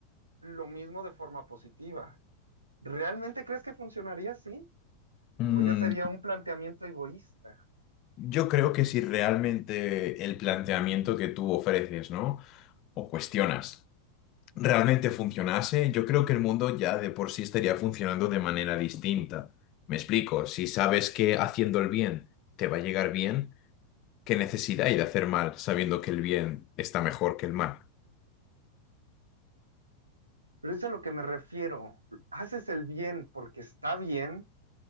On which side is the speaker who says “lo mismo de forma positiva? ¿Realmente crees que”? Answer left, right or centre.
Right